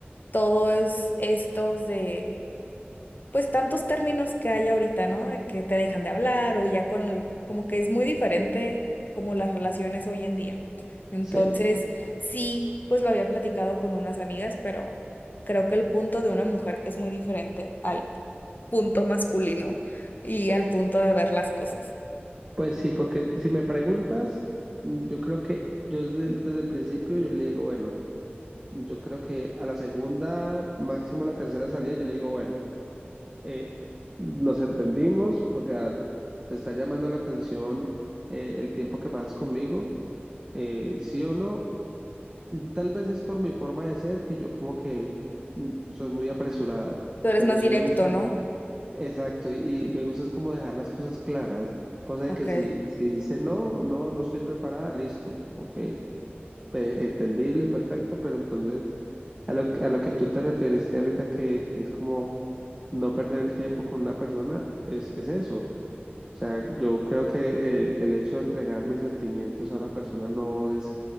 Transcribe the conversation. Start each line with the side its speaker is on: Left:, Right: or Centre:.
Left: todos estos de, pues tantos términos que hay ahorita, ¿no? De que te dejan de hablar o ya con, el- como que es muy diferente como las relaciones hoy en día. Entonces,
Right: sí.
Left: sí, pues lo había platicado con unas amigas, pero creo que el punto de una mujer es muy diferente al punto masculino y al punto de ver las cosas.
Right: Pues sí, porque si me preguntas, mm, yo creo que yo desde el, desde el principio yo le digo, bueno, yo creo que a la segunda, máximo a la tercera salida, yo le digo, bueno, eh, nos entendimos, o sea, te está llamando la atención eh, el tiempo que pasas conmigo, Eh, sí o no, tal vez es por mi forma de ser que yo como que mm, soy muy apresurado,
Left: Tú eres
Right: pero
Left: más
Right: sí
Left: directo,
Right: me gusta,
Left: ¿no?
Right: exacto, y, y me gusta es como dejar las cosas claras, cosa de
Left: Ok.
Right: que si, si dice no, no, no estoy preparada, listo, ok, eh, entendible, perfecto, pero entonces a lo, que- a lo que tú te referiste ahorita que, que es como no perder el tiempo con una persona, es, es eso. O sea, yo creo que el, el hecho de entregar mis sentimientos a una persona no es